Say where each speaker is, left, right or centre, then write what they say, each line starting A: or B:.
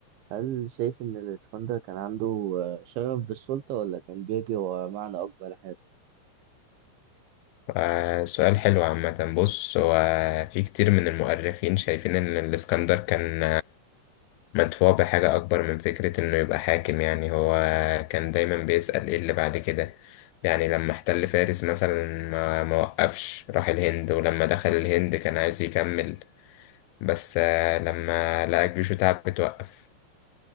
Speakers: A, on the right; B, on the left.
A: هل شايف إن الإسكندر كان عنده آه، شغف بالسلطة ولا كان بيجري ورا معنى أكبر لحياته؟
B: آه، سؤال حلو عامة بص هو في كتير من المؤرخين شايفين ان الاسكندر كان مدفوع بحاجة أكبر من فكرة إنه يبقى حاكم يعني هو كان دايما بيسأل إيه اللي بعد كده يعني لما احتل فارس مثلا ما ما وقفش راح الهند ولما دخل الهند كان عايز يكمل بس آه، لما لقى جيشه تعب بتوقف